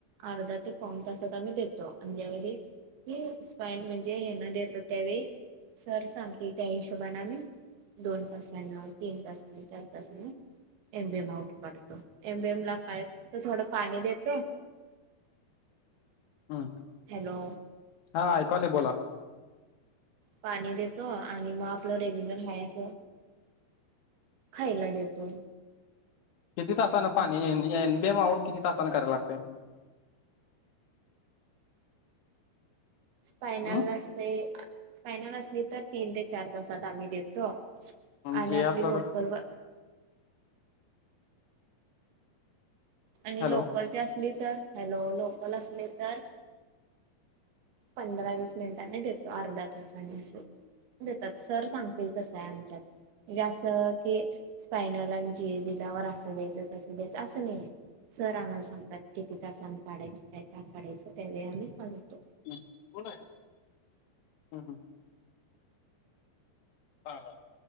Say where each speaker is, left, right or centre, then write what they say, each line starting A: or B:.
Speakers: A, on the right; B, on the left.
A: अर्धा ते पाऊण तासात आम्ही देतो जारी. हे स्पाइन म्हणजे येना देतो त्यावेळी सर सांगते त्या हिशोबाने आम्ही. दोन तासानं तीन तासानं चार तासानं. एमबएम आऊट करतो एमीएम ला पायप तर थोडं पाणी देतो.
B: ह
A: हॅलो
B: हा ऐकू यालय बोला.
A: पाणी देतो आणि मग आपलं रेग्युलर हाय अस. खायला देतो.
B: किती तासाने पाणी
A: असं
B: बेम आवट किती तासाना करायला लागते?
A: स्पायनल
B: हम्
A: असले स्पायनल असली तर तीन ते चार तासात आम्ही देतो. आणि
B: जे
A: आपली
B: असला
A: लोकल
B: तर
A: व आणि
B: हॅलो
A: लोकलची असली तर हॅलो लोकल असले तर. पंधरा वीस मिनिटांनी देतो अर्धा तासानी असे देतात. सर सांगतील तसं आहे आमच्यात. जे अस की स्पायनल आणि जीए दिल्यावर असं द्यायचं तसं द्यायचं असं नाही आहे. सर आम्हाला सांगतात किती तासांनं काढायचं काय का काढायचं त्यावे आम्ही काढतो.
B: हम्म, कोण आहे, हम्म हम्म. हा हा